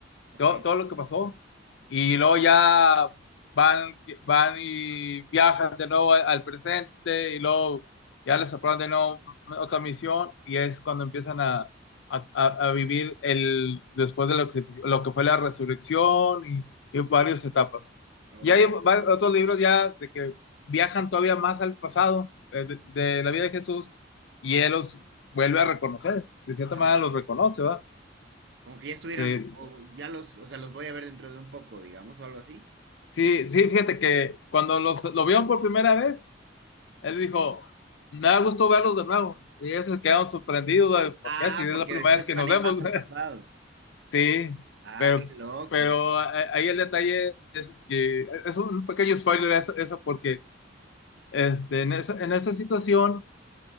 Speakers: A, on the right; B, on the left.
A: ok.
B: todo, todo lo que pasó. Y luego ya van, van y viajan de nuevo al, al presente y luego ya les aprueban de nuevo otra misión y es cuando empiezan a, a- a- a vivir el, después de lo que, lo que fue la resurrección y, y varias etapas.
A: Oh,
B: Y hay va-
A: sí.
B: otros libros ya de que viajan todavía más al pasado eh, de, de la vida de Jesús y él los vuelve a reconocer, de cierta
A: Ah,
B: manera los reconoce, ¿verdad?
A: como que ya estuvieran,
B: Sí,
A: o ya los, o sea, los voy a ver dentro de un poco, digamos, o algo así.
B: Sí, sí, fíjate que cuando los, lo vieron por primera vez, él dijo, me da gusto verlos de nuevo. Y ellos se quedaron sorprendidos, güey, ¿por
A: Ah,
B: qué? Si es
A: porque
B: la primera
A: después
B: vez que
A: iban
B: nos
A: a
B: vemos.
A: ir más al pasado.
B: <laughs> Sí,
A: Ah,
B: pero,
A: qué loco.
B: pero eh, ahí el detalle es, es que es un pequeño spoiler eso, eso porque este, en esa, en esa situación,